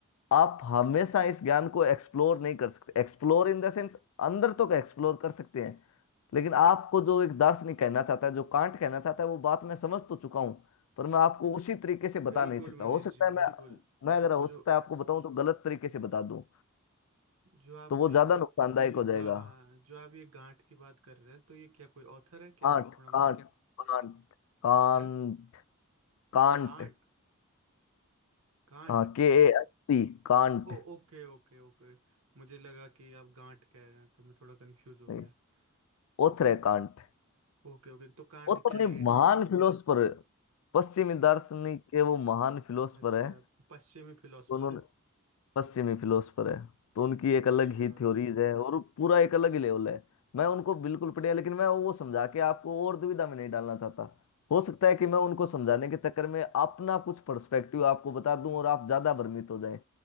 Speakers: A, on the left; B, on the right.
A: आप हमेशा इस ज्ञान को एक्सप्लोर नहीं कर सकते एक्सप्लोर इन द सेंस अंदर तो एक्सप्लोर कर सकते हैं लेकिन आपको जो एक दार्शनिक कहना चाहता है जो कांट कहना चाहता है वो बात मैं समझ तो चुका हूँ पर मैं आपको उसी तरीके से
B: बिल्कुल
A: बता नहीं सकता
B: मनीष
A: हो सकता
B: जी
A: है मैं
B: बिल्कुल
A: मैं अगर हो सकता
B: जो
A: है आपको बताऊं तो गलत तरीके से बता दूं
B: जो आपने
A: तो वो ज्यादा
B: गा...
A: नुकसानदायक हो जाएगा
B: हाँ हाँ जो आप ये गांठ की बात कर रहे हैं तो ये क्या कोई ऑथर है क्या
A: Can't
B: थोड़ा
A: can't
B: मुझे
A: can't can't
B: क्या है?
A: can't
B: Kant Kant
A: हाँ के ए एन टी कांट
B: Oh okay okay okay मुझे लगा कि आप गांठ कह रहे हैं तो मैं थोड़ा कंफ्यूज हो
A: नहीं
B: गया तो,
A: ओथर
B: तो
A: है कांट
B: ओके ओके तो कांट
A: ओथर
B: क्या है?
A: नहीं महान फिलोसफर पश्चिमी दार्शनिक के वो महान फिलोसफर
B: अच्छा
A: है
B: पश्चिमी फिलोसफर
A: तो उन्होंने
B: है
A: पश्चिमी फिलोसफर है तो उनकी एक
B: अच्छा
A: अलग ही थ्योरीज है और पूरा एक अलग ही लेवल है मैं उनको बिल्कुल पढ़िया लेकिन मैं वो समझा के आपको और दुविधा में नहीं डालना चाहता हो सकता है कि मैं उनको समझाने के चक्कर में अपना कुछ पर्सपेक्टिव आपको बता दूं और आप ज्यादा भ्रमित हो जाएं